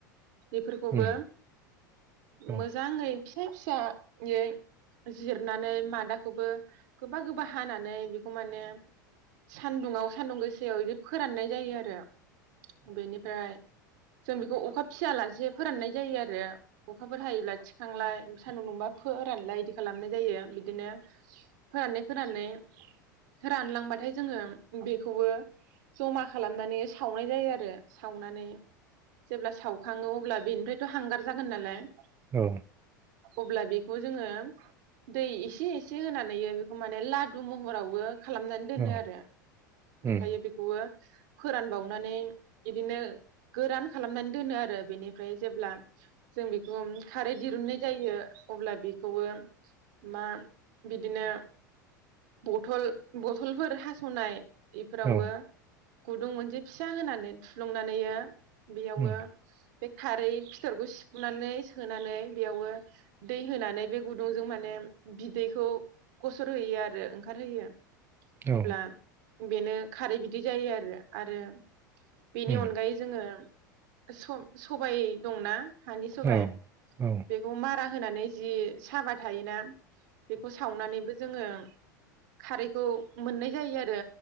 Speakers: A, on the right; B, on the right.
A: बेफोरखौबो
B: उम औ
A: मोजाङै फिसा-फिसायै जिरनानै मादाखौबो गोबा गोबा हानानै बेखौ माने सानदुुंआव सानदुं गोसायाव बिदि फोराननाय जायो आरो। <unintelligible> बेनिफ्राय जों बेखौ अखा फियालासे फोराननाय जायो आरो। अखाफोर हायोब्ला थिखांलाय सान्दुं दुंबा फोरानलाय इदि खालामनाय जायो बिदिनो फोरानानै-फोरानै रानलांबाथाय जोङो बेखौबो जमा खालाम लामनानै सावनाय जायो आरो सावनानै जेब्ला सावखाङो अब्ला बेनिफ्रायथ हांगार जागोन नालाय
B: औ
A: अब्ला बेखौ जोङो दै एसे एसे होनानै बेखौ माने लादु महरावबो खालामनानै दोनो
B: औ
A: आरो ओमफायो
B: उम
A: बेखौवो फोरानबावनानै बिदिनो गोरान खालामनानै दोनो आरो बेनिफ्राय जेब्ला जों बेखौ खारै दिरुननाय जायो अब्ला बेखौवो मा बिदिनो बथल बथलफोर हासनाय एफोरावो
B: औ
A: गुदुं मोनसे फिसा होनानै थुफ्लुंनानैयो बेयावओ
B: उम
A: बे खारै फिथरखौ सिफ्रुनानै सोनानै बेयावो दै होनानै बे गुदुंजों माने बिदैखौ गसर होयो आरो ओंखारहोयो।
B: औ
A: अब्ला बेनो खारै बिदि जायो आरो आरो बेनि
B: उम
A: अनगायै जोङो स सबाय दंना? हानि सबाय
B: औ औ
A: बेखौ मार रा होनानै जि साबा थायोना बेखौ सावनानैबो जोङो खारैखौ मोननाय जायो आरो